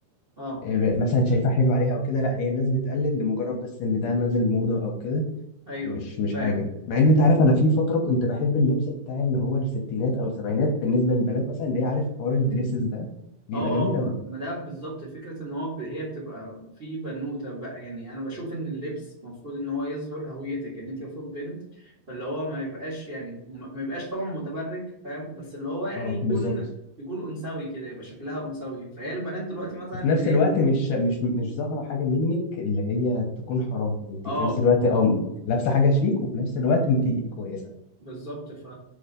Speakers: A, on the right; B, on the left.
A: اه
B: آه، مثلا شايفاه حلو عليها او كده لا هي الناس بتقلد لمجرد بس ان ده نازل موضه او كده
A: ايوه
B: مش مش
A: فاهم
B: حاجه مع ان انت عارف انا في فتره كنت بحب اللبس بتاع اللي هو الستينات او السبعينات بالنسبه للبنات مثلا اللي هي عارف حوار الدريسز ده بيبقى
A: اه
B: جميل
A: اه ما
B: قوي
A: ما ده بالظبط فكرة ان هو ب... هي بتبقى في بنوتة بقى يعني انا بشوف ان اللبس المفروض ان هو يظهر هويتك ان انت المفروض بنت فاللي هو ما يبقاش يعني ما ما يبقاش طبعا متبرج فاهم بس اللي هو يعني
B: اه
A: يكون
B: بالظبط
A: يكون انثوي كده يبقى شكلها انثوي فهي البنات دلوقتي مثلا
B: وفي نفس
A: هي
B: الوقت مش مش مش ظاهره حاجه منك اللي هي تكون حرام انت
A: اه
B: في نفس الوقت اه لابسه حاجه شيك وفي نفس الوقت انت كويسه
A: بالظبط ف...